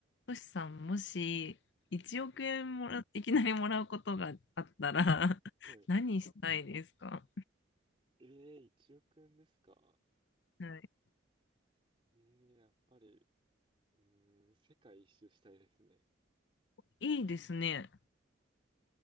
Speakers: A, on the left; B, on the right.
A: トシさん、もし1億円もら、
B: はい。
A: いきなりもらうことがあったら <laughs>
B: はい。
A: 何したいですか
B: ええ、1億円ですか
A: はい。
B: ええ、やっぱり、うーん、世界一周したいですね。
A: いいですね。